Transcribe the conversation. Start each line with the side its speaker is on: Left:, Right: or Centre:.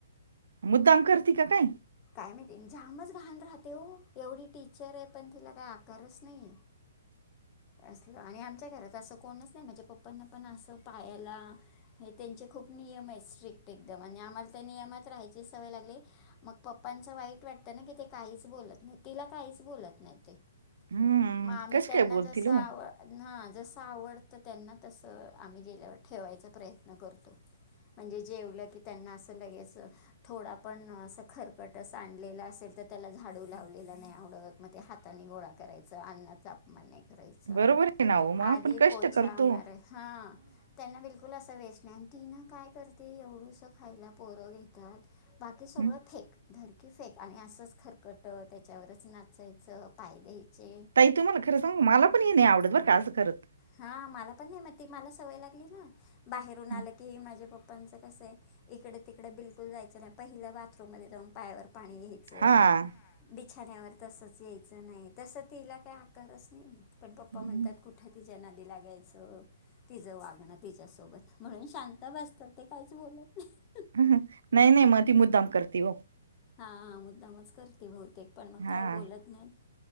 Right: मुद्दाम करती का काय.
Left: काम माहिती झ्यामच घाण राहते हो, एवढी टीचर आहे पण तिला काही आकारच नाही. असलं आणि आमच्या घरात असं कोणच नाही माझ्या पप्पांना पण असं पायाला, हे त्यांचे खूप नियम आहेत. स्ट्रिक्ट एकदम आणि आम्हाला त्या नियमात राहायची सवय लागली, मग पप्पांचं वाईट वाटतं ना की ते काहीच बोलत नाही. तिला काहीच बोलत नाही ते मग
Right: हम्म
Left: आम्ही
Right: कशी
Left: त्यांना
Right: काय बोलतील
Left: जस
Right: हो
Left: हा जस आवडतं त्यांना तसं आम्ही गेल्यावर ठेवायचा प्रयत्न करतो. म्हणजे, जेवलं की त्यांना असं लगेच... थोडं पण अस खरकटं सांडलेलं असेल, तर त्याला झाडू लावलेला नाही आवडत. मग ते हाताने गोळा करायचं. अन्नाचा अपमान नाही. करा
Right: बरोबर आहे ना हो मग आपण
Left: आधी
Right: कष्ट
Left: पोछा
Right: करतो
Left: म हा त्यांना बिलकुल अस वेच तीन काय करते एवढस खायला पोरं घेतात बाकी सगळं
Right: हम्म.
Left: फेक धरकी फेक आणि असंच खरकट त्याच्यावरच नाचायचं पाय द्यायचे
Right: ताई तुम्हाला खरं सांग मला पण ये नाही आवडत बरं का असं करत
Left: हा मला पण नाही मति मला सवय लागली ना बाहेरून आलं
Right: हम्म.
Left: की माझे पप्पा पप्पांचा कसय इकडे-तिकडे बिलकुल जायचं नाही पहिलं वा मग जाऊन पायावर पाणी घ्यायच
Right: हा.
Left: बिछाान्यावर तसच यायचं नाही तसं तिला काय आकारच नाही आहेत. पण पप्पा
Right: हम्म.
Left: म्हणतात कुठं तिच्या नदीलागायच तिचं वागणं तिच्यासोबत म्हणून शांत बसतात. ते काहीच बोलत नाही.
Right: नाही-नाही म ती मुद्दाम करती हो,
Left: हा मुद्दामच करते बहुतेक पण मग
Right: हा.
Left: काही बोलत नाही